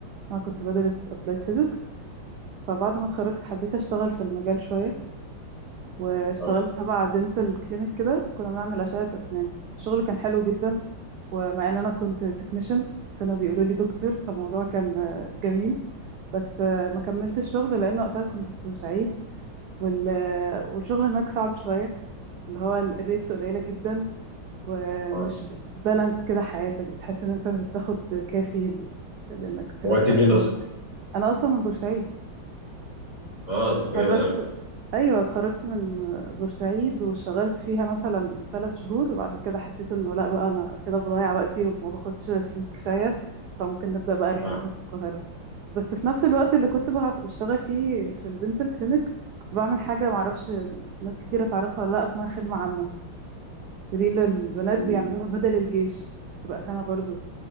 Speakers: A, on the right (about 75°); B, on the left (about 15°).
A: انا كنت بدرس applied physics فبعد ما اتخرجت حبيت اشتغل في المجال شوية واشتغلت
B: اه
A: تبع دنتال كلينيك كده كنا بنعمل أشعة اسنان الشغل كان حلو جدا ومع ان انا كنت تكنيشن كانوا بيقولوا لي دكتور فالموضوع كان جميل بس ما كملتش الشغل لان وقتها كنت في بورسعيد وال... والشغل هناك صعب شوية اللي هو الريتس قليلة جدا ومش
B: اه
A: بتبالانس كده حياتك بتحس ان انت مش بتاخد كافي ل- لانك ترسق
B: هو انت منين
A: امورك
B: اصلا
A: انا اصلا من بورسعيد
B: اه ده انت
A: اتخرجت
B: جامد قوي
A: ايوه اتخرجت من بورسعيد وشغلت فيها مثلا ثلاث شهور وبعد كده حسيت انه لا بقى انا كده بضيع وقتي وما باخدش فلوس كفايه فممكن نبدا بقى رحلتنا
B: اه
A: في القاهره بس في نفس الوقت اللي كنت بشتغل فيه في الدنتال كلينيك كنت بعمل حاجه معرفش ناس كتيره تعرفها ولا لا اسمها خدمه عامه ودي اللي البنات
B: مم.
A: بيعملوها بدل الجيش تبقى سنة برضو